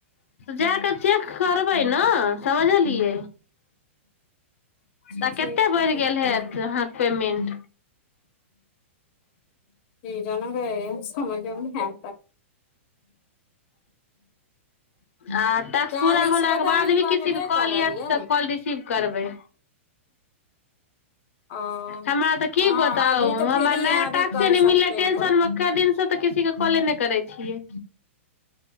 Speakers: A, on the left; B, on the left.
A: जा कऽ चेक करबै ने समझलियै
B: <inaudible>
A: तऽ
B: ठीक
A: कतेक बढ़ि
B: है चेक
A: गेल हेत
B: करब
A: अहाँके पेमेंट
B: जी जनक समय जउ ने ह
A: आ टास्क
B: चालीस
A: पूरा होलाके
B: गो तऽ
A: बाद
B: अभी
A: भी
B: बनबे
A: किसीके कॉल
B: करल
A: आयत
B: ये
A: त
B: ने
A: कॉल रिसीव करबै
B: ओ
A: हमरा तऽ की
B: हाँ
A: बताउ
B: अभी तऽ
A: हमरा
B: फ्री
A: नया
B: है अभी
A: टास्के
B: कर
A: नहि
B: सकते
A: मिललै
B: हैं
A: टेंशन
B: कोई
A: मे दिन से तऽ किसी के कॉले नहि करै छियै